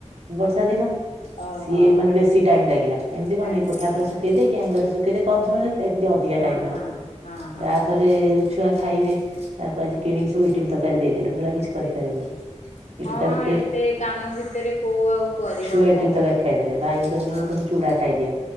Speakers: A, on the right; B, on the left.
A: ବର୍ଷା ଦିନ
B: ଓହୋ
A: ସିଏ ମାନେ ବେଶୀ ଟାଇମି ଲାଗିଲା। ଏମିତି କଣ
B: ଟାଇମ୍
A: କୋଠା
B: ଲାଗିଲା
A: ଉପରେ ଶୁଖେଇ ଦେ କି ହାଙ୍ଗର ଶୁଖେଇଦେ କମ ସମୟ ଯାଉଥିଲା ଏମିତି ଅଧିକା
B: ହଁ
A: ଟାଇମି
B: ହଁ
A: ଲାଗୁଚି
B: ହଁ ହଁ।
A: ତାପରେ ରେ ଛୁଆ ଖାଇବେ ତାକୁ ଆଜି କିଣିକି ସବୁ ଇଟିଲି ତରକାରୀ ଦେଇଦେଲି ମୁଁ କହିଲି ଆଉ କିଛି କରିପାରିବିନେହିଁ।
B: ଦେଇଦେଲେ
A: ଏଇଠି
B: ହଁ
A: ତାପରେ ଟ୍ରେଟା
B: ଏତେ କାମ ଭିତରେ କୋଉ ଆଉ କରିହବ
A: ଛୁଆ
B: ହଁ।
A: ଇଟିଲି ତରକାରି ଖାଇଦେଲେ ଭାଇଙ୍କି କହିଦେଲି
B: ହଁ
A: ମୁ ତମେ ଚୁଡା ଖାଇଦିଅ